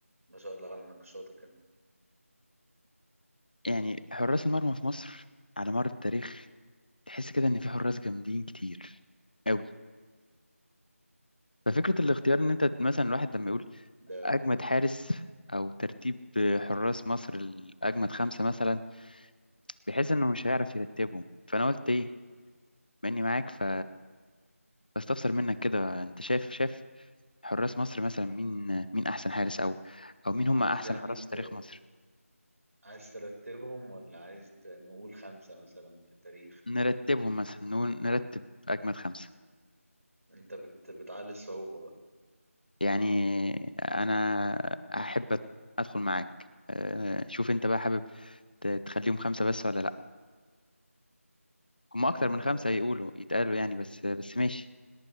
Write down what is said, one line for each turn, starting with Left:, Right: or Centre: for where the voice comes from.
Right: ما شاء الله على نقاشاتك انت
Left: يعني حراس المرمى في مصر على مر التاريخ تحس كده ان في حراس جامدين كتير قوي ففكره الاختيار ان انت مثلا الواحد لما يقول
Right: ده
Left: اجمد حارس او ترتيب حراس مصر الاجمد خمسه مثلا بيحس انه مش هيعرف يرتبهم فانا قلت ايه بما اني معاك ف بستفسر منك كده انت شايف شايف حراس مصر مثلا مين مين احسن حارس او او مين هم
Right: عايز
Left: احسن
Right: يعني
Left: حراس في تاريخ
Right: ت...
Left: مصر
Right: عايز ترتبهم ولا عايز ت- نقول خمسة مثلا في التاريخ
Left: نرتبهم مثلا نقول نرتب اجمد خمسة
Right: انت بت... بتعلي الصعوبة بقى
Left: يعني انا احب أت- ادخل معاك آه، شوف انت بقى حابب ت- تخليهم خمسة بس ولا لا هم اكتر
Right: آه...
Left: من خمسة يقولوا يتقالوا يعني بس بس ماشي